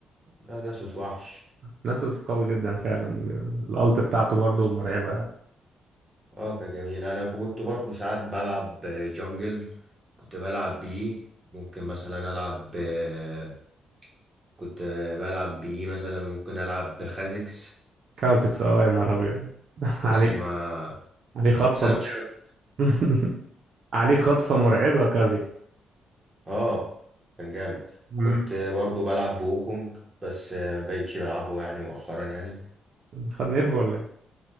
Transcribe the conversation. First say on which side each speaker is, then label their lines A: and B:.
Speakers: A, on the right; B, on the right.
A: ده ناسوس وحش
B: ناسوس قوي جدا فعلا الالت بتاعته برضو مرعبة
A: اه كان جميل انا كنت برضو ساعات بلعب جونجل كنت بلعب بيه ممكن مثلا العب آه، كنت بلعب بيه مثلا ممكن العب بخازكس
B: كازكس اه يا نهار ابيض <laughs> عليك
A: بس ما
B: عليه خطفه
A: بس انا
B: مرعبه
A: مش فاكر
B: <laughs> عليه خطفه مرعبه كازكس
A: اه كان جامد
B: مم.
A: كنت برضو بلعب بوكونج بس آه، مبقتش بلعبه يعني مؤخرا يعني
B: خد نيرف ولا ايه